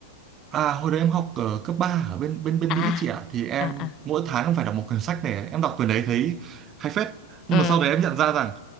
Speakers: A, on the right; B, on the left.
A: À, hồi đấy em học ở cấp 3 ở bên bên bên
B: à
A: Mỹ chị ạ thì em
B: à à
A: mỗi tháng em phải đọc một quyển sách này em đọc quyển đấy thấy hay phết
B: ừ
A: nhưng mà sau đấy em nhận ra rằng